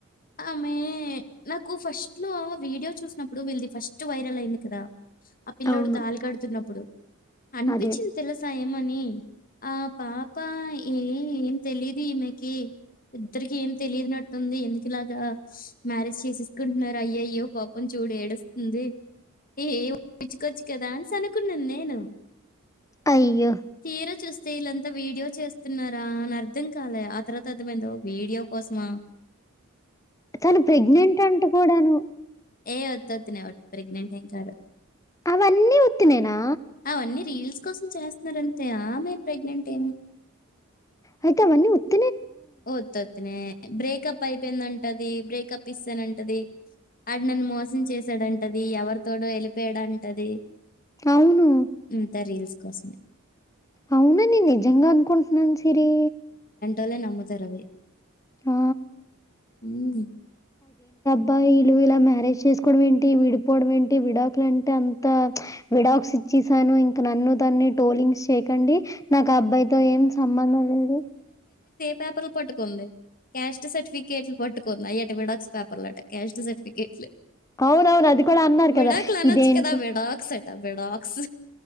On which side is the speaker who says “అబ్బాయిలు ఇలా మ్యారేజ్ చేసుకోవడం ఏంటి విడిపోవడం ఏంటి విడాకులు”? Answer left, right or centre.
Left